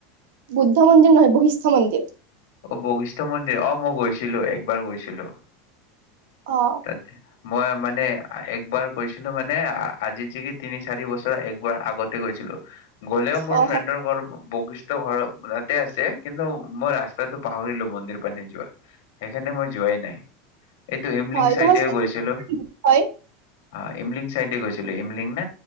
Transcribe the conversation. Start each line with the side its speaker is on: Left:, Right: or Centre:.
Right: বুদ্ধ মন্দিৰ নহয় বশিষ্ঠ মন্দিৰ
Left: অ বশিষ্ঠ মন্দিৰ অ মই গৈছিলো একবাৰ গৈছিলো
Right: অ
Left: ততি মই মানে একবাৰ গৈছিলো মানে আজি যে কি তিনি চাৰি বছৰ একবাৰ আগতে গৈছিলো গ'লেও মোৰ
Right: অ
Left: ফ্ৰেণ্ডৰ ঘৰত বশিষ্ঠ ঘৰ তাতে আছে কিন্তু মই ৰাস্তাটো পাহৰিলো মন্দিৰ পানী যোৱা সেইখণে মই যোৱাই নাই এইটো ইমলিং
Right: হয়
Left: চাইদও
Right: তোমাৰ চাগে-
Left: গৈছিলো
Right: হয়
Left: অ ইমলিং চাইডে গৈছিলো ইমলিং ন